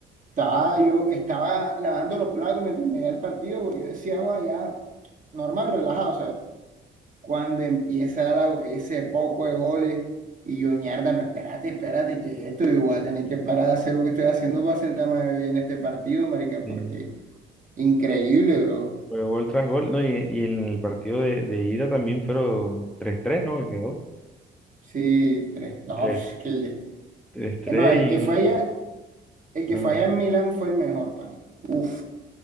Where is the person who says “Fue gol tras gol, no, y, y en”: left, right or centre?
Centre